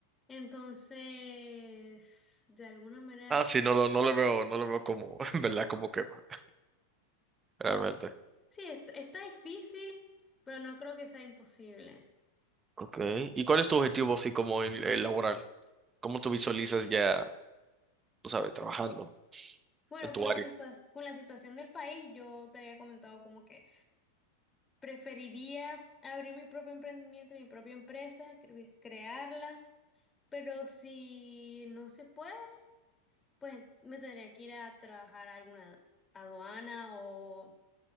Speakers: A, on the left; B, on the right.
A: Entonces, de alguna manera,
B: Ah, sí, no, lo- no le veo, no le veo como, <laughs> en verdad, como quema, realmente.
A: sí, est- está, difícil, pero no creo que sea imposible.
B: Okay. ¿Y cuál es tu objetivo así como en, en laboral? ¿Cómo tú visualizas ya, tú sabes, trabajando
A: Bueno,
B: en tu
A: por la
B: área?
A: situa- con la situación del país, yo te había comentado como que preferiría abrir mi propio emprendimiento, mi propia empresa, cre- crearla, pero si no se puede, pues me tendría que ir a trabajar a alguna aduana o